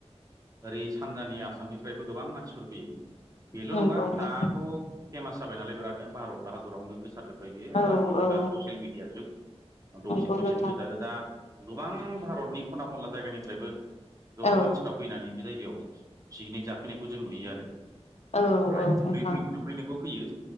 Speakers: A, on the right; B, on the left.
A: ओरै सानजानि आसामनिफ्रायबो गोबां मानसिफोर फैयो बेल
B: नंगौ
A: नङा
B: नों
A: दाथ फेमास जाबाय नालाय बिरादनो भारत हादरावनो गोसारजोबबाय।
B: औ
A: दानि जुगा
B: औ
A: ससियेल मिडिया जुग दसेनो
B: नंगौ
A: दसेनो
B: नोंथां
A: गोसारो दा। गोबां भारतनि खना खनला जायगानिफ्रायबो गोबां
B: औ
A: मानसिफ्रा फैनानै बे जायगायाव पिकनिक जाफैनायखौ जों नुयो आरो। ओमफ्राय
B: औ औ
A: दुगैबो
B: नोंथां
A: दुगैनोबो फैयो